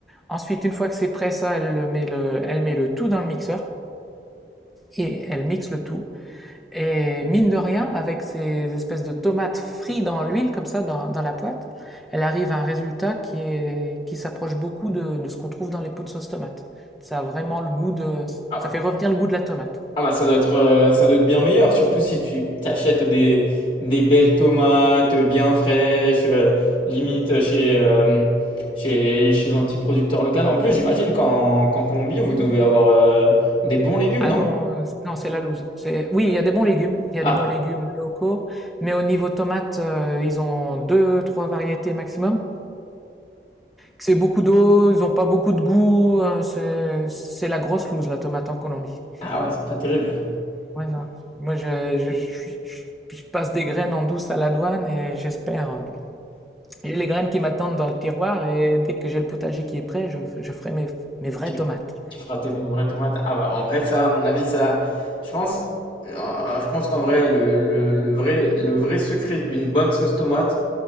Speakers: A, in the centre; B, on the left.
A: Ensuite, une fois que c'est prêt, ça, elle met le, elle met le tout dans le mixeur et elle mixe le tout. Et mine de rien, avec ces espèces de tomates frites dans l'huile, comme ça, dans, dans la poêle, elle arrive à un résultat qui est, qui s'approche beaucoup de, de ce qu'on trouve dans les pots de sauce tomate. Ça a vraiment le goût de,
B: Ah,
A: ça fait revenir le goût de la tomate.
B: ah bah ça doit être, euh, ça doit être bien meilleur, surtout si tu t'achètes des, des belles tomates bien fraîches, euh, limite chez, euh, chez, chez un petit producteur local. En plus, j'imagine qu'en qu'en Colombie, vous devez avoir euh, des bons légumes,
A: Ah
B: non?
A: non, euh, non, c'est la loose. C'est, oui, il y a des bons légumes, il y a
B: Ah,
A: des bons légumes locaux, mais au niveau tomate, euh, ils ont deux, trois variétés maximum. C'est beaucoup d'eau, ils ont pas beaucoup de goût, hein, c'est, c'est la grosse loose, la tomate en Colombie.
B: ah ouais, c'est pas terrible.
A: Ouais, non. Moi, je, je, je, je- je passe des graines en douce à la douane et j'espère. euh, J'ai les graines qui m'attendent dans le tiroir et dès que j'ai le potager qui est prêt, je, f- je ferai mes, mes vraies
B: Tu
A: tomates.
B: tu feras tes vraies tomates? Ah bah, en vrai, ça, à mon avis, ça, je pense, euh, je pense qu'en vrai, le, le- le vrai, le vrai secret d'une bonne sauce tomate,